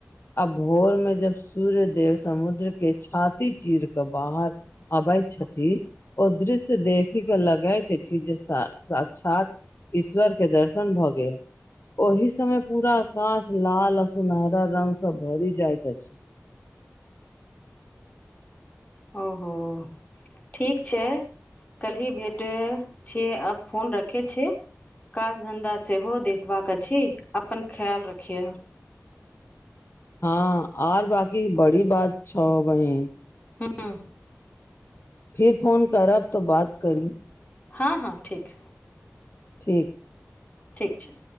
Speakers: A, on the left (about 55°); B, on the left (about 30°).
A: आ भोर में जब सूर्य देेव समुद्र के छाती चीर क बाहर अबैत छथि। ओ दृश्य देखिक लगैत अछि, जे साक्षात ईश्वर के दर्शन भऽ गेल। ओहि समय पूरा आकाश लाल आ सुनहरा रंग सब भरि जाइत अछि।
B: ओ हो। ठीक छै। कल्हि भेटै छियै, आब फोन रखै छै। काज धन्धा सेहो देखबाक अछि। अपन ख्याल रखिय।
A: हँ आर बाकी बड़ी बात छौह बहिन
B: हँ।
A: फिर फोन करब तऽ बात करी।
B: हँ - हँ ठीक।
A: ठीक।
B: ठीक छै।